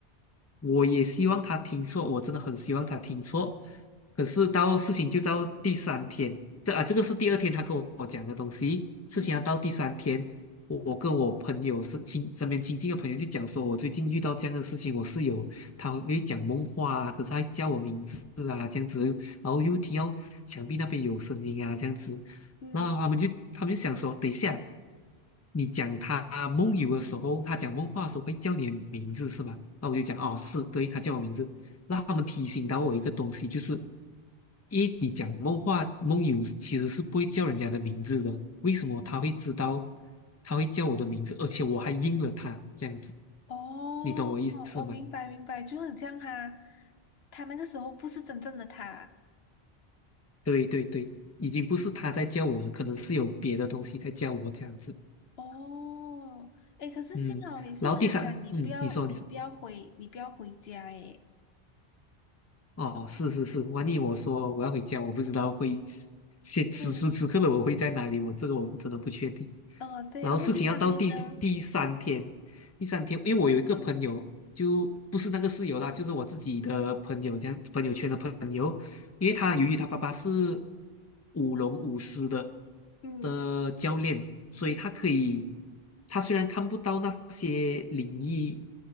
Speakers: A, on the left (about 15°); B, on the left (about 70°).
A: 我也希望他听错，我真的很希望他听错。可是到事情就到第三天，这啊，这个是第二天他跟我讲的东西。事情要到第三天，
B: 嗯
A: 我我跟我朋友是亲身边亲近的朋友就讲说，我最近遇到这样的事情，我室友他会讲梦话啊，可是他会叫我名字啊，这样子，然后又听到墙壁那边有声音啊，这样子。
B: 嗯
A: 然后他们就他们就想说，等一下，你讲他梦游的时候，他讲梦话的时候会叫你的名字是吗？那我就讲哦，是对，他叫我名字。那他们提醒到我一个东西，就是一你讲梦话梦游其实是不会叫人家的名字的，为什么他会知道他会叫我的名字，而且我还应了他这样子，
B: 哦，
A: 你懂我意思吗？
B: 我明白明白，就很像他，他那个时候不是真正的他。
A: 对对对，已经不是他在叫我了，可能是有别的东西在叫我这样子。
B: 哦，诶，可是幸好你是跟他讲，
A: 嗯，然后第三，
B: 你不要你不要回你不要回家，
A: 嗯，你说你说。
B: 诶，
A: 哦，是是是，万一我说我要回家，我不知道会现此时此刻的我会在哪里，
B: 对，
A: 我这个我不真的不确定。
B: 哦对，
A: 然后事情要到第第三天，
B: 然后第三天呢？
A: 第三天，因为我有一个朋友，就不是那个室友啦，就是我自己的朋友，这样朋友圈的朋友，因为他由于他爸爸是舞龙舞狮的
B: 嗯
A: 的教练，所以他可以，
B: 嗯
A: 他虽然看不到那些灵异